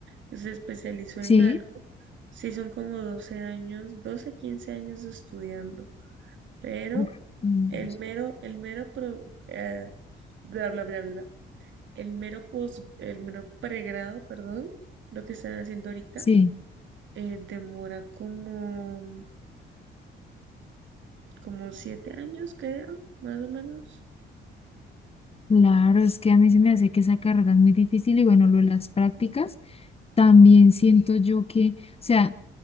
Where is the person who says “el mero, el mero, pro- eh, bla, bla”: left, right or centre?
Right